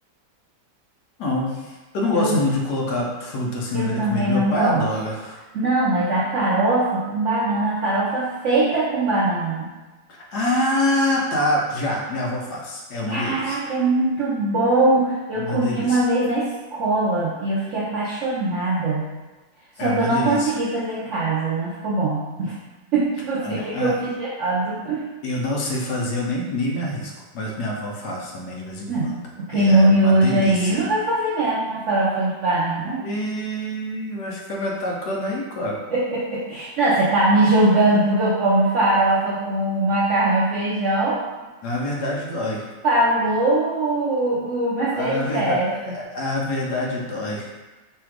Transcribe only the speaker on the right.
Eu,
eu
também
não
gosto.
Não, mas a farofa com banana, a farofa feita com banana.
Caraca,
é muito bom! Eu
comi
uma vez na escola e eu fiquei apaixonada. Só
que
eu não
consegui fazer em casa, não ficou bom. <laughs> Não
sei
o que que
eu fiz de errado.
Não,
o queimou
miojo
aí não vai fazer mesmo uma farofa de banana.
<laughs> Não, você tá me julgando porque eu como farofa com macarrão e feijão?
Falou o, o Masterchef.